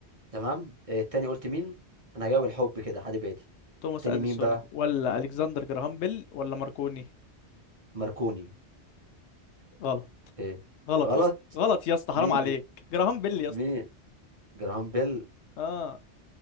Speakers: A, on the right (about 35°); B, on the left (about 75°).
A: تمام آه، التاني قلت مين انا هجاوب الحب كده حد بادي
B: توماس
A: التاني
B: أديسون
A: مين بقى
B: ولا ألكسندر جراهام بيل ولا ماركوني
A: ماركوني
B: غلط
A: ايه
B: غلط
A: غلط
B: يا اسطى غلط يا اسطى حرام
A: مين
B: عليك جراهام بيل يا
A: مين
B: اسطى
A: جراهام بيل
B: اه